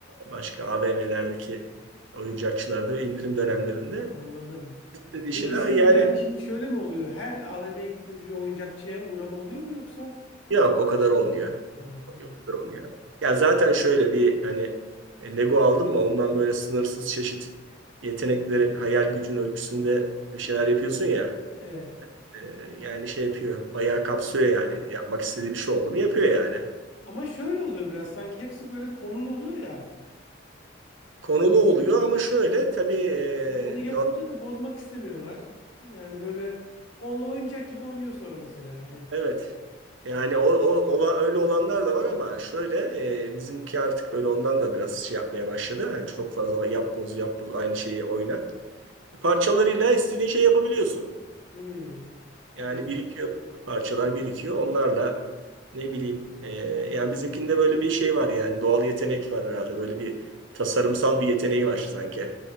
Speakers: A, on the right; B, on the left.
A: Başka AVM'lerdeki oyuncakçılarda ve indirim dönemlerinde
B: Anladım.
A: dediği
B: Peki
A: şeyler
B: siz
A: "Ay yani
B: yani şimdi şöyle mi oluyor? Her AVM'ye gittiğinizde bir oyuncakçıya uğrama oluyor mu yoksa?
A: yok o kadar olmuyor.
B: Ha, iyi.
A: Yok o kadar olmuyor. Ya zaten şöyle bir hani e, Lego aldım mı ondan böyle sınırsız çeşit yeteneklerin hayal gücün ölçüsünde bir şeyler yapıyorsun ya.
B: Evet.
A: E, yani şey yapıyor. Bayağı kapsıyor yani. Yapmak istediği bir şey oldu mu yapıyor yani
B: Ama şöyle oluyor biraz sanki hepsi böyle konulu oluyor ya artık.
A: konulu oluyor ama şöyle tabii
B: Şimdi
A: e,
B: onu yapınca da bozmak istemiyorlar. Yani böyle onunla oyuncak gibi oynuyor sonra mesela hani.
A: Evet. Yani o, o ola- öyle olanlar da var ama şöyle e, bizimki artık böyle ondan da biraz şey yapmaya başladı. Yani çok fazla yap boz yap boz aynı şeyi oyna. Parçalarıyla istediğin şey yapabiliyorsun.
B: Hmm, anladım.
A: Yani birikiyor parçalar birikiyor. Onlarla ne bileyim e, yani bizimkinde böyle bir şey var yani doğal yetenek var herhalde. Böyle bir tasarımsal bir yeteneği var sanki.